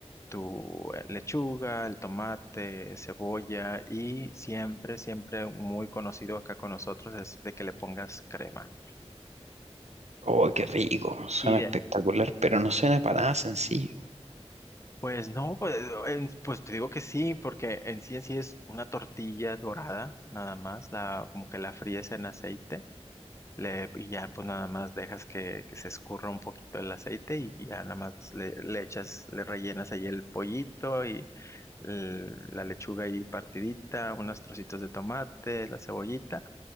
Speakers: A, on the left (about 25°); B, on the right (about 80°).
A: tu eh, lechuga, el tomate, cebolla y siempre, siempre muy conocido acá con nosotros es de que le pongas crema.
B: Oh, qué rico, suena
A: y de
B: espectacular, pero no suena para nada sencillo.
A: Pues no, pues, en- pues te digo que sí, porque en sí en sí es una tortilla dorada, nada más, la, como que la fríes en aceite, le, y ya pues nada más dejas que, que se escurra un poquito el aceite y ya nada más le, le echas, le rellenas ahí el pollito y el- la lechuga ahí partidita, unos trocitos de tomate, la cebollita,